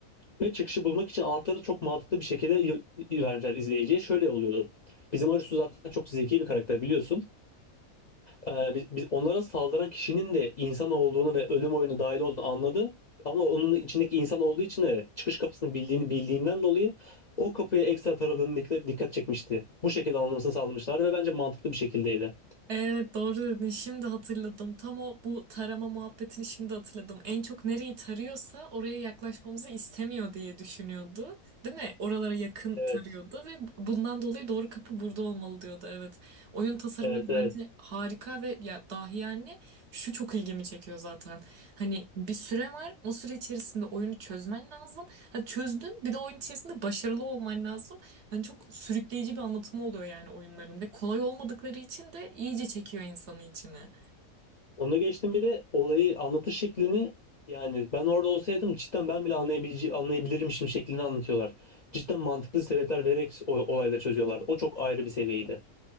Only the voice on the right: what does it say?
Evet doğru dedin. Şimdi hatırladım. Tam o bu tarama muhabbetini şimdi hatırladım. En çok nereyi tarıyorsa oraya yaklaşmamızı istemiyor diye düşünüyordu. Değil mi? Oralara yakın
tarıyordu ve bundan dolayı doğru kapı burada olmalı diyordu. Evet. Oyun tasarımları
bence harika ve ya dahi yani şu çok ilgimi çekiyor zaten. Hani bir süre var. O süre içerisinde oyunu çözmen lazım. Ha, çözdün bir de oyun içerisinde başarılı olman lazım. Hani çok sürükleyici bir anlatımı oluyor yani oyunların ve kolay olmadıkları için de iyice çekiyor insanı içine.